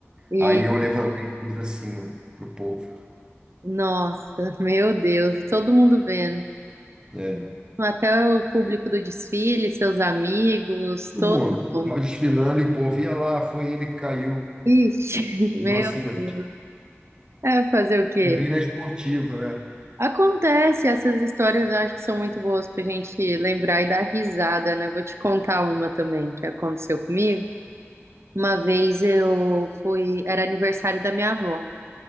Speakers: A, on the right; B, on the right.
A: E,
B: Aí eu levantei e fiz assim, ó, pro povo.
A: nossa, <laughs> meu Deus, e todo mundo vendo.
B: É,
A: Até o público do desfile, seus amigos,
B: todo
A: todo
B: mundo.
A: mundo.
B: Tava desfilando e o povo ia lá, foi ele que caiu.
A: Ixi, <laughs> meu
B: E eu assim, ó,
A: Deus. É fazer o quê?
B: e vi na esportiva, né?
A: Acontece, essas histórias eu acho que são muito boas pra gente lembrar e dar risada, né? Vou te contar uma também que aconteceu comigo. Uma vez eu fui, era aniversário da minha avó.